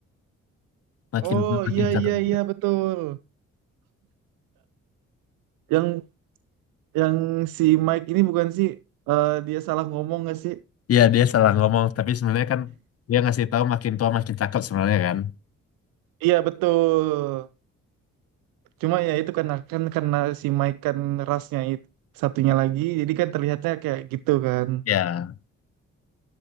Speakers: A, on the left; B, on the right.
A: makin
B: oh
A: tua makin
B: iya
A: cakep
B: iya
A: juga
B: iya betul yang Yang si Mike ini bukan sih eh, dia salah ngomong nggak sih?
A: Iya dia salah ngomong tapi sebenarnya kan dia ngasih tahu makin tua makin cakep sebenarnya kan
B: Iya betul. Cuma ya itu karena kan karena si Mike kan rasnya itu satunya lagi, jadi kan terlihatnya kayak gitu kan.
A: ya